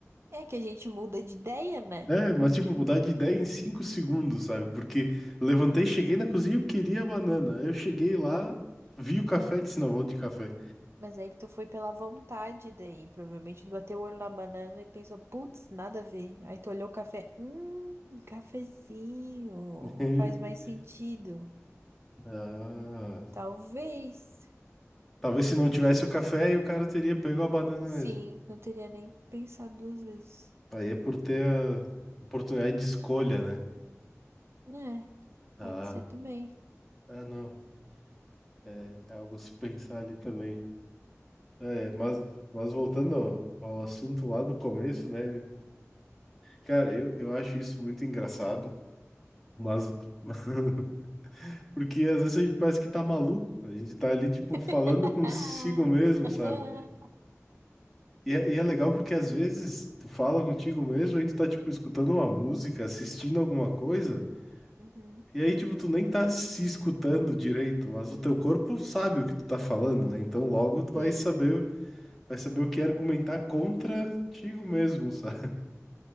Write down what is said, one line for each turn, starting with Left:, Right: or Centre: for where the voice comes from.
Right: É que a gente muda de ideia, né?
Centre: É, mas tipo, mudar de ideia em 5 segundos, sabe? Porque levantei, cheguei na cozinha, eu queria a banana. Aí Eu cheguei lá, vi o café e disse, não, vou de café.
Right: Mas aí que tu foi pela vontade daí. Provavelmente tu bateu o olho na banana e pensou, putz, nada a ver. Aí tu olhou o café. Hum, cafezinho.
Centre: <laughs>
Right: Faz mais sentido.
Centre: Ah,
Right: Talvez.
Centre: talvez se não tivesse o café, aí o cara teria pego a banana
Right: Sim,
Centre: mesmo.
Right: não teria nem pensado duas vezes.
Centre: Aí é por ter a oportunidade de escolha, né?
Right: É,
Centre: Ah,
Right: pode ser também.
Centre: ah não. É, é algo a se pensar ali também. É, mas, mas voltando ao, ao assunto lá do começo, né? Cara, eu, eu acho isso muito engraçado, mas <laughs> Porque às vezes a gente parece que tá maluco, a gente tá ali, tipo, falando
Right: <laughs>
Centre: consigo mesmo, sabe? E é, e é legal porque às vezes tu fala contigo mesmo, aí tu tá, tipo, escutando uma música, assistindo alguma coisa,
Right: Uhum.
Centre: e aí, tipo, tu nem tá se escutando direito, mas o teu corpo sabe o que tu tá falando, né? Então logo tu vai
Right: Sim.
Centre: saber, vai saber o que argumentar contra contigo mesmo, sabe?